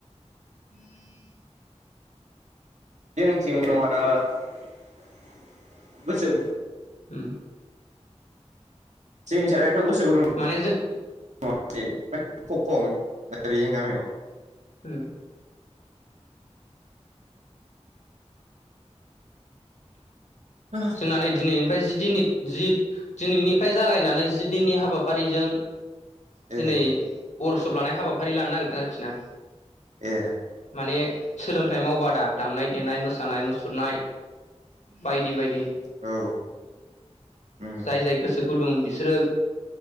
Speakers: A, on the left; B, on the right.
A: <unintelligible>
B: जोंथिं <unintelligible> बोसोर
A: उम।
B: जोंनि <unintelligible> गोसो गुदुं
A: माने जों
B: <unintelligible> खम ओरै जों गामियाव
A: उम।
B: <unintelligible>
A: <unintelligible> दिनैनिफ्राय जि दिननि जि दिनैनिफ्राय जागायनानै जि दिननि हाबाफारिजों
B: ए
A: दिनै <unintelligible> लानाय हाबाफारि लानो नागिरदों आरोखि ना।
B: ए।
A: माने सोलोंथाइ मावबादा दामनाय देनाय मोसानाय मुसुरनाय बायदि बायदि
B: औ उम
A: जाय जाय गोसो गुदुं बिसोरो